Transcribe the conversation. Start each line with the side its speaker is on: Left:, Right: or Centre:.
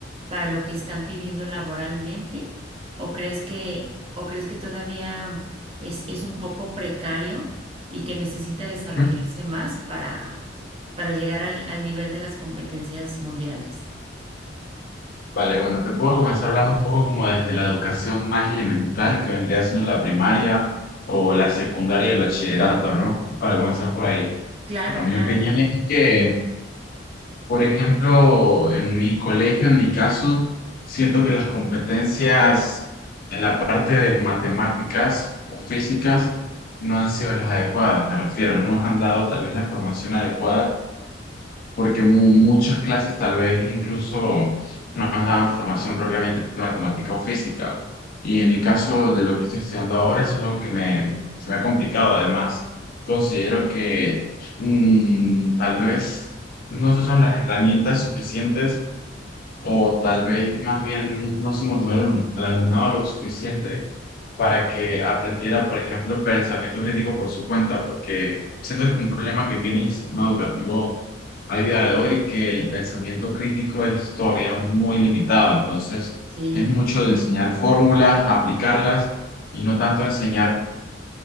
Right: para lo que están pidiendo laboralmente? ¿O crees que, o crees que todavía es, es un poco precario y que necesita desarrollarse
Left: ujú.
Right: más para, para llegar al, al nivel de las competencias mundiales?
Left: Vale, bueno, te puedo comenzar hablando un poco como desde la educación más elemental que vendría siendo la primaria o la secundaria y el bachillerato, ¿no? Para comenzar por ahí.
Right: Claro,
Left: Bueno, mi
Right: claro.
Left: opinión es que Por ejemplo, en mi colegio, en mi caso, siento que las competencias en la parte de matemáticas o físicas no han sido las adecuadas, me refiero, no nos han dado tal vez la formación adecuada porque mu- muchas clases tal vez incluso no nos daban formación propiamente de matemática o física. Y en el caso de lo que estoy estudiando ahora, eso es algo que me, se me ha complicado. Además, considero que mm, tal vez no se usan las herramientas suficientes o tal vez más bien no se motivaron el alumnado lo suficiente para que aprendiera, por ejemplo, pensamiento crítico por su cuenta, porque siento que es un problema que tiene el sistema educativo a día de hoy, que el pensamiento crítico es todavía muy limitado. Entonces,
Right: Sí,
Left: es mucho de enseñar fórmulas, aplicarlas y no tanto enseñar